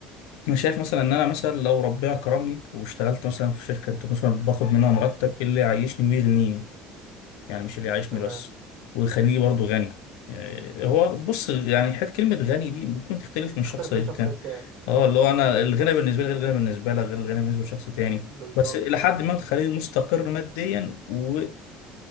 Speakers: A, on the left; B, on the right.
A: أنا شايف مثلا إن أنا مثلا لو ربنا كرمني واشتغلت مثلا في شركة أنت مثلا باخد منها مرتب إيه اللي يعيشني ويغنيني يعني مش اللي يعيشني
B: تمام
A: بس ويخليني برضو غني يعني هو بص يعني حته كلمه غني دي ممكن تختلف
B: بتختلف
A: من شخص للتاني
B: من شخص للتاني اه
A: اه اللي هو انا الغنى بالنسبه لي غير الغنى بالنسبه لك غير الغنى بالنسبه لشخص تاني
B: بالظبط
A: بس الى حد ما تخليني مستقر ماديا وقادر